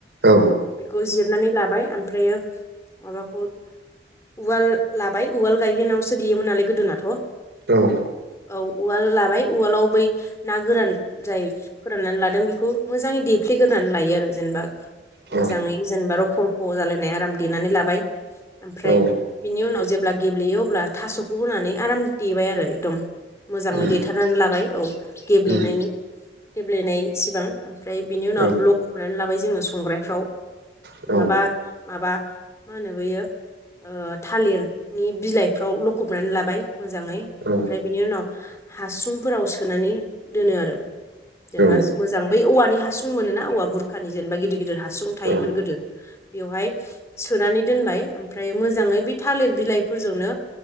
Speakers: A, on the right; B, on the left.
A: औ
B: बिखौ जिरनानै लाबाय ओमफ्रायो माबाखौ उवाल लाबाय उवाल गायहोनायावसो देयोमोन नालाय गोदोनाथ'
A: औ
B: औ उवाल लाबाय उवालाव बै ना गोरान जाय फोराननानै लादों बिखौ मोजाङै दे फ्ले गोदान लायो आरो जेनेबा
A: औ
B: मोजाङै जेनेबा रुफ' रुफ' जालायनाय आराम देनानै लाबाय ओमफ्राय
A: औ
B: बिनि उनाव जेब्ला गेब्लेयो अब्ला थास'खौबो होनानै आराम देबाय आरो एकदम मोजाङै
A: उम
B: देथारनानै लाबाय औ गेब्लेनायनि
A: उम
B: गेब्लेनाय सिबां ओमफ्राय बिनि उनाव
A: औ
B: लखबनानै लाबाय जोङो संग्रायफ्राव
A: औ
B: नोङाबा माबा मा होनो बैयो ओ थालिरनि बिलाइफ्राव लखबनानै लाबाय मोजाङै
A: औ
B: ओमफ्राय
A: औ
B: बिनि उनाव हासुंफोराव सोनानै दोनो आरो
A: औ
B: जेनेबा मोजां बै औवानि हासुं मोनोना औवा बुरखानि जेनेबा गिदिर गिदिर हासुं
A: औ
B: थायोमोन गोदो बेवहाय सोनानै दोनबाय ओमफ्रायो मोजाङै बे थालिर बिलाइफोरजोंनो